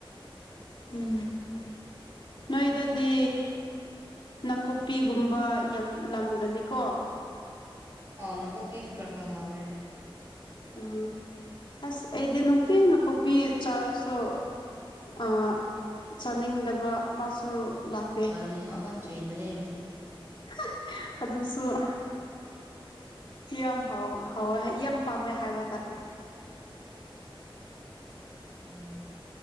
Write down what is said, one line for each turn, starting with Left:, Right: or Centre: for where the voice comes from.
Left: ꯎꯝ ꯅꯣꯏꯗꯗꯤ ꯅꯥꯀꯨꯞꯄꯤꯒꯨꯝꯕ ꯌꯥꯝ ꯂꯝꯒꯅꯤꯀꯣ
Right: ꯑꯥ ꯅꯥꯀꯨꯞꯄꯤꯁꯨ ꯈꯔ ꯈꯔ ꯍꯧꯋꯦ
Left: ꯎꯝ ꯑꯁ ꯑꯩꯗꯤ ꯅꯨꯡꯇꯤ ꯅꯥꯀꯨꯞꯄꯤ ꯆꯥꯔꯁꯨ ꯑꯥ ꯆꯥꯅꯤꯡꯗꯕ ꯑꯃꯁꯨ ꯂꯥꯛ
Right: ꯃꯅꯝ ꯑꯃ ꯆꯦꯟꯕꯅꯦ
Left: <unintelligible> ꯑꯗꯨꯁꯨ <unintelligible> ꯌꯥꯝ ꯍꯥꯎ ꯍꯥꯎꯋꯦ ꯍꯥꯏ ꯌꯥꯝ ꯄꯥꯝꯃꯦ ꯍꯥꯏꯕ ꯇꯥꯔꯦ
Right: ꯎꯝ